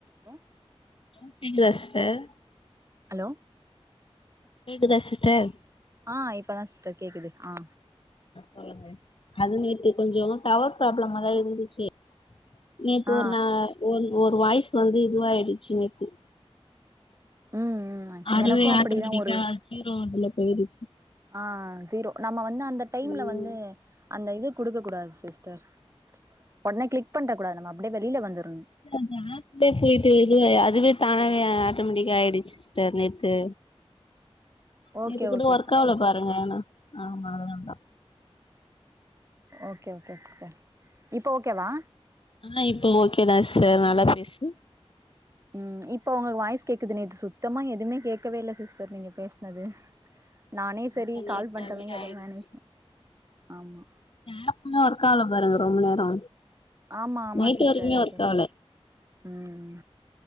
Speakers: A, on the right; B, on the left.
A: தோ
B: ஓகேங்களா sister
A: hello
B: கேக்குதா சிஸ்டர்
A: ஆ இப்பதா சிஸ்டர் கேக்குது ஆ
B: சொல்லுங்க அது நேத்து கொஞ்சோ டவர் ப்ராப்ளமாதா இருந்துச்சு நேத்து
A: ஆ
B: ஒரு ந ஒ ஒரு வாய்ஸ் வந்து இதுவாயிடுச்சு நேத்து
A: ம் ம்
B: அதுவே
A: எனக்கு அப்டிதா
B: ஆட்டோமேட்டிக்கா
A: ஒரு
B: ஜீரோ இதுல போயிருச்சு
A: ஆ ஜீரோ நம்ம வந்து அந்த டைம்ல
B: ம்
A: வந்து அந்த இது குடுக்க கூடாது சிஸ்டர் ஒடனே கிளிக் பண்ற கூடாது நம்ம அப்டியே வெளில வந்துறணு
B: <inaudible> பேசிட்டு இது அதுவே தானே ஆட்டோமேட்டிக்கா ஆயிடுச்சு சிஸ்டர் நேத்து
A: ஓகே
B: நேத்து கூட
A: ஓகே
B: ஒர்க்
A: சிஸ்டர்
B: ஆகல பாருங்க ஆனா ஆமா அதா
A: ஓகே ஓகே சிஸ்டர் இப்ப ஓகேவா
B: ஆ இப்ப ஓகே தா சிஸ்டர் நல்லா பேசு
A: ம் இப்போ உங்களுக்கு வாய்ஸ் கேக்குதுன்னு நேத்து சுத்தமா எதுமே கேக்கவே இல்ல சிஸ்டர் நீங்க பேசுனது
B: <inaudible>
A: நானே செரி
B: அதா
A: கால்
B: நேத்து
A: பண்ணிடோமே
B: அது மாரி
A: எதோ
B: ஆயிடுச்சு
A: மேனேஜ் ஆமா
B: <inaudible> பாருங்க ரொம்ப நேரோ
A: ஆமா ஆமா
B: நைட்
A: சிஸ்டர்
B: வரைக்குமே
A: எது
B: ஒர்க் ஆவல
A: ம்